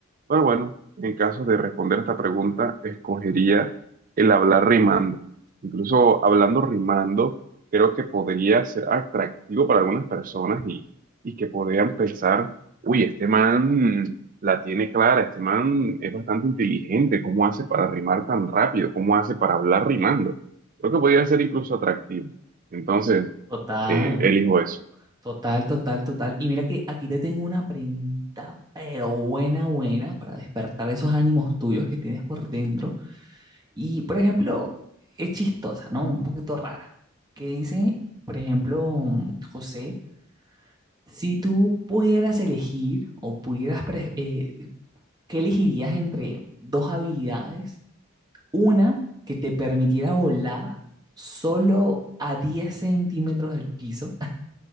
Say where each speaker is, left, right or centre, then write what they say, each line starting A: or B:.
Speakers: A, on the right (about 40°); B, on the right (about 20°).
A: Pero bueno, en caso de responder esta pregunta, escogería el hablar rimando. Incluso hablando rimando, creo que podría ser atractivo para algunas personas y, y que podrían pensar, uy, este man la tiene clara. Este man es bastante inteligente. ¿Cómo hace para rimar tan rápido? ¿Cómo hace para hablar rimando? Creo que podría ser incluso atractivo. Entonces,
B: Total.
A: eh, elijo eso.
B: Total, total, total. Y mira que aquí te tengo una pregunta, pero buena, buena, para despertar esos ánimos tuyos que tienes por dentro. Y, por ejemplo, es chistosa, ¿no? Un poquito rara. Que dice, por ejemplo, José, si tú pudieras elegir o pudieras, pre- eh, ¿qué elegirías entre dos habilidades? Una que te permitiera volar solo a 10 centímetros del piso